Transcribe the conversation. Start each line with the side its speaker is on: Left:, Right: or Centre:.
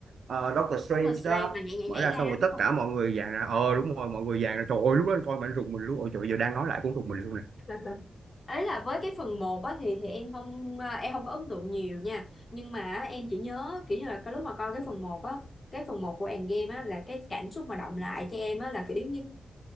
Right: ờ, Doctor Strange
Left: Nó là stream
Right: đó
Left: mà nhảy nhảy
Right: mở
Left: nhảy
Right: ra
Left: ra
Right: xong rồi
Left: đúng
Right: tất
Left: không?
Right: cả mọi người dàn ra ờ đúng rồi mọi người dàn ra trời ơi lúc đó coi mà anh rùng mình luôn ôi trời giờ đang nói lại cũng rùng mình luôn
Left: <laughs> ấy là với cái phần một á thì thì em không à, em không có ấn tượng nhiều nha nhưng mà á, em chỉ nhớ kiểu như là cái lúc mà coi cái phần một á cái phần một của Endgame á là cái cảm xúc mà động lại cho em á là kiểu giống như